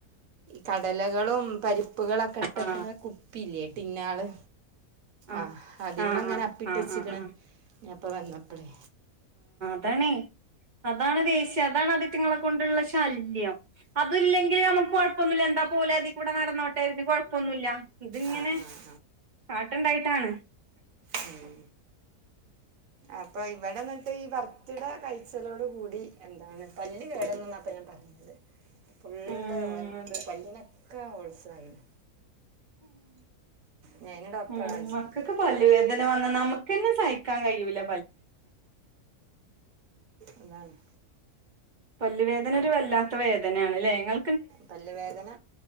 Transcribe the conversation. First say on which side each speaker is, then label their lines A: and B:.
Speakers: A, on the right; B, on the right.
A: കടലകളും പരിപ്പുകളൊക്കെ ഇട്ടക്കണ
B: ആ
A: കുപ്പില്ലേ- പിന്നാള്
B: ആ
A: ആഹ് അതിമ്മ
B: ആ ആ
A: എങ്ങനെ അപ്പിട്ട
B: ആ
A: ച്ചക്കണ്-
B: ആ ആ
A: ഞാൻപ്പ വന്നപ്പളേ.
B: അതണ അതാണ് ദേശ്യ അതാണ് അതിറ്റങ്ങളെ കൊണ്ടുള്ള ശല്യം. പ്പല്ലിങ്കിൽ ഞമ്മക്ക് കൊയപ്പൊന്നുല്ല എന്താപ്പോ ഓലടീക്കൂടേ നടന്നോട്ടെ എന്താപ്പോ കൊയപ്പോന്നൂല്ല്ല ഇതിങ്ങനെ
A: ആ ആ ആ
B: കാട്ടണ്ടായിട്ടാണ്.
A: മ് അപ്പൊ ഇവിടെന്നിട്ട് ഈ ഭർത്തിട കഴിച്ചലോട് കൂടി എന്താണ് പല്ല് കേടന്നു. ഞാൻ പറഞ്ഞത് ഫുള്ള്
B: ഉം അതെ
A: പന്നക്ക വത്സയിരുന്നു ഞാൻ അതിന് ഡോക്ടറെ
B: മ്
A: കാണിച്ചിട്ടുണ്ട്
B: മക്കക്ക് പല്ല് വേദന - നമുക്കെന്നെ സഹിക്കാൻ കഴിൂല
A: അതാണ്.
B: പല്ലുവേദന ഒരു വല്ലാത്ത വേദനയാണ്ല്ലേ ങ്ങൾ.
A: പല്ല വേദന